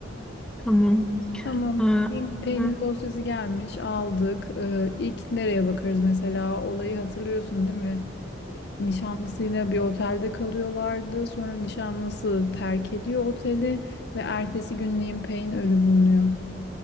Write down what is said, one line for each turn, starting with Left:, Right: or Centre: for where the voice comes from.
Centre: Tamam.
Left: <laughs> Tamam.
Centre: Ha,
Left: Liam Payne'in
Centre: ha.
Left: dosyası gelmiş aldık. Ee, ilk nereye bakarız mesela? Olayı hatırlıyorsun değil mi? Nişanlısıyla bir otelde kalıyorlardı. Sonra nişanlısı terk ediyor oteli ve ertesi gün Liam Payne ölü bulunuyor.